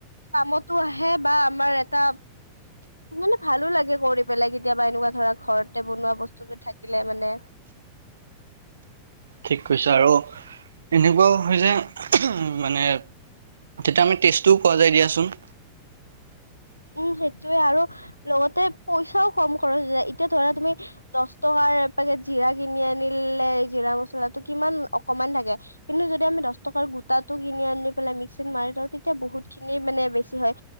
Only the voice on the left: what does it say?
কামতো আহে বা আমাৰ এটা মানে ভালো লাগে কৰি পেলাই কেতিয়াবা এনেকুৱা ধৰা ঘৰতে বনোৱা বস্তু বিধ থাকিলে মানে
উম সেইটোয়ে আৰু লগতে পইচাও কম খৰচ হৈ যায় এতিয়া ধৰা তুমি দচ টকাৰ পেকেট জিৰা কিনি আনিলে জিৰা মচলাটো কিমান অকমান থাকে কিন্তু যদি আমি দহ টকাৰ গোটাটো কিনি আনি পেলাই মিক্সিত মাৰি থওঁ তেতিয়া বহুতখিনি মানে বেছি হয়